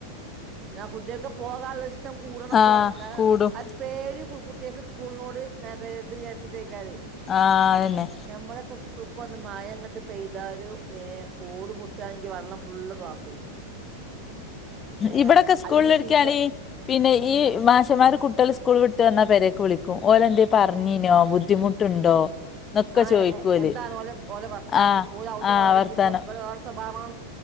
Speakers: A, on the right (about 30°); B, on the left (about 25°).
A: ന്നാ കുട്ട്യാക്ക് പോകാ ഇഷ്ടം കൂടണംക്കറ
B: ആഹ്
A: ക
B: കൂടും
A: പേടി കുട്ടികൾക്ക് സ്കൂളിനോട് <unintelligible> ച്ചിട്ടെ
B: ആഹ് അതന്നെ
A: നമ്മളക്കെ കുക്കന്ന് മഴ അങ്ങിട്ട് പെയ്താല് ഏ ഓട് പൊട്ടാണെങ്കിൽ വെള്ളം ഫുള്ള് ക്ലാസ്സില് ഏ
B: ഇവിടെക്കെ സ്കൂളിൽ
A: അല്ലെങ്കിൽ
B: എടുക്കുകയാണെങ്ക
A: ചീത്തൻ
B: പിന്നെ ഈ
A: ഉം
B: മാഷന്മാർ കുട്ടികൾ സ്കൂൾ വന്ന പേരെക്ക് വിളിക്കും ഓര് എന്ത പറഞ്ഞീനോ ബുദ്ധിമുട്ടുണ്ടോ എന്നൊക്കെ
A: ആ
B: ചോദിക്കോല്
A: എന്താണ ഓല ഓലെ വർത്താഞ്ഞി
B: ആഹ്
A: പോല ഔടെ
B: ആഹ്
A: വേറ
B: വർത്താനം
A: ഞ്ഞപ്പ ഇടെ വേറെ സ്വഭാവ